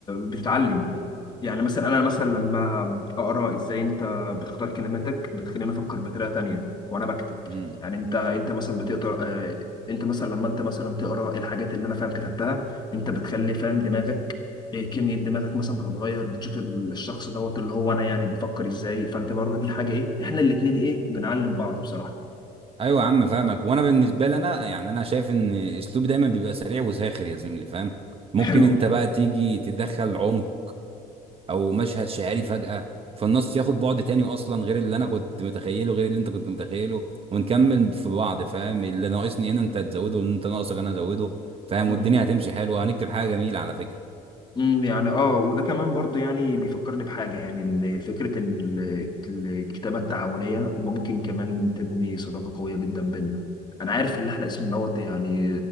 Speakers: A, on the left; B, on the right.
A: بتتعلم يعني مثلا انا مثلا لما اقرا ازاي انت بتختار كلماتك بتخليني افكر بطريقه تانية وانا بكتب
B: امم
A: يعني انت انت مثلا بتقرا آه، انت مثلا لما انت مثلا تقرا إيه الحاجات اللي انا فاهم كتبتها انت بتخلي فاهم دماغك آه، كمية دماغك مثلا بتتغير بتشوف ال- الشخص دوت اللي هو انا يعني بيفكر ازاي فانت برضه دي حاجة ايه احنا الاتنين ايه بنعلم بعض بصراحة
B: ايوه يا عم فاهمك وانا بالنسبه لي انا يعني انا شايف ان اسلوبي دايما بيبقى سريع وساخر يا زميلي فاهم ممكن
A: <laughs> حلو
B: انت بقى تيجي تدخل عمق او مشهد شعري فجأة فالنص ياخد بعد تاني اصلا غير اللي انا كنت متخيله غير اللي انت كنت متخيله ونكمل في بعض فاهم اللي ناقصني هنا انت هتزوده وان انت ناقصك انا هزوده فاهم
A: امم
B: والدنيا هتمشي حلوة هنكتب حاجة جميلة على فكرة
A: امم يعني اه وده كمان برضو يعني بيفكرني بحاجة يعني ان فكرة ان ال- الكتابة التعاونية ممكن كمان تبني صداقة قوية جدا بينا انا عارف ان احنا اسم دوت يعني